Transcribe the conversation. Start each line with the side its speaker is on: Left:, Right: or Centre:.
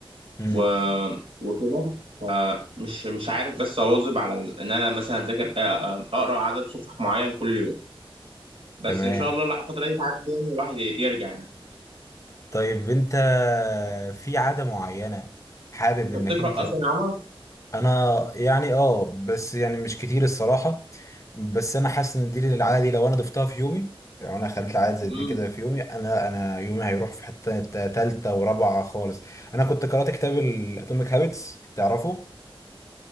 Left: امم
Right: و... وكده فمش مش عارف بس اواظب على ال... ان انا مثلا اذاكر آه، آه، اقرا عدد صفح معين كل يوم بس
Left: تمام
Right: ان شاء الله لا الفترة دي تعدي يعني الواحد يرجع يعني
Left: طيب انت في عادة معينة حابب
Right: انت
Left: انك
Right: بتقرأ
Left: انت
Right: اصلا يا عمر؟
Left: انا يعني اه بس يعني مش كتير الصراحه بس انا حاسس ان دي العاده دي لو انا ضفتها في يومي لو انا خليت العاده زي
Right: امم
Left: دي كده في يومي انا انا يومي هيروح في حته تالته ورابعه خالص انا كنت قرات كتاب الاتوميك هابتس تعرفه